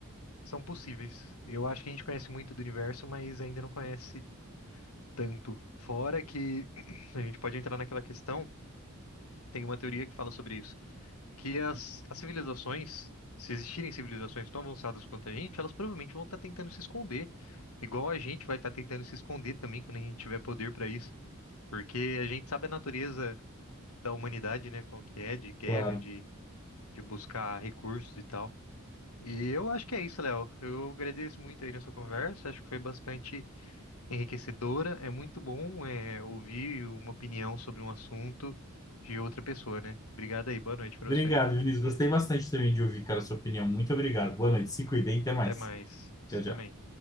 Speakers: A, on the left; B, on the left.
A: são possíveis. Eu acho que a gente conhece muito do universo, mas ainda não conhece tanto. Fora que <clears throat> a gente pode entrar naquela questão, tem uma teoria que fala sobre isso que as, as civilizações, se existirem civilizações tão avançadas quanto a gente, elas provavelmente vão estar tentando se esconder. Igual a gente vai estar tentando se esconder também quando a gente tiver poder para isso. Porque a gente sabe a natureza da humanidade, né? Qual que é, de guerra,
B: claro.
A: de, de buscar recursos e tal. E eu acho que é isso, Léo. Eu agradeço muito aí nessa conversa. Acho que foi bastante enriquecedora. É muito bom, é, ouvir uma opinião sobre um assunto de outra pessoa, né? Obrigado aí. Boa noite para
B: Obrigado,
A: você.
B: Vinícius. Gostei bastante também de ouvir, cara, a sua opinião. Muito obrigado. Boa noite. Se cuidem, até mais.
A: Até mais. Você
B: Tchau, tchau.
A: também.